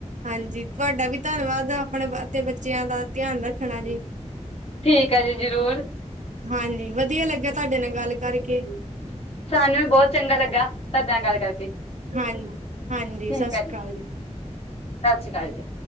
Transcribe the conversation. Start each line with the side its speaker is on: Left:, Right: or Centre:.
Right: ਹਾਂਜੀ ਤੁਵਾਡਾ ਵੀ ਧੰਨਵਾਦ ਆਪਣੇ ਬ ਤੇ ਬੱਚਿਆਂ ਦਾ ਧਿਆਨ ਰੱਖਣਾ ਜੀ।
Left: ਠੀਕ ਐ ਜੀ ਜ਼ਰੂਰ।
Right: ਹਾਂਜੀ, ਵਧੀਆ ਲੱਗਿਆ ਤਾਡੇ ਨਾਲ ਗੱਲ ਕਰਕੇ।
Left: ਸਾਨੂੰ ਵੀ ਬਹੁਤ ਚੰਗਾ ਲੱਗਾ, ਤਹਾਡੇ ਨਾਲ ਗੱਲ ਕਰਕੇ।
Right: ਹਾਂਜੀ ਹਾਂਜੀ,
Left: ਠੀਕ
Right: ਸਤਿ ਸ਼੍ਰੀ
Left: ਹੈ
Right: ਅਕਾਲ ਜੀ।
Left: ਸਤਿ ਸ਼੍ਰੀ ਅਕਾਲ ਜੀ।